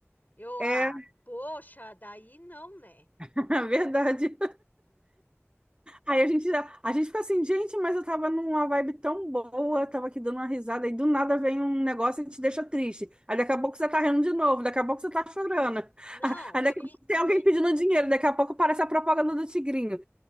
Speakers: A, on the left; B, on the right.
A: Eu,
B: É,
A: ah, poxa, daí não, né?
B: <laughs> verdade. Aí a gente, já- a gente fica assim, gente, mas eu tava numa vibe tão boa, tava aqui dando uma risada, e do nada vem um negócio e te deixa triste. Aí daqui a pouco você tá rindo de novo, daqui a pouco você tá chorando.
A: Não,
B: <laughs> Aí
A: tu,
B: daqui
A: i-
B: a pouco tem alguém
A: tu i-
B: pedindo dinheiro, daqui a pouco aparece a propaganda do Tigrinho.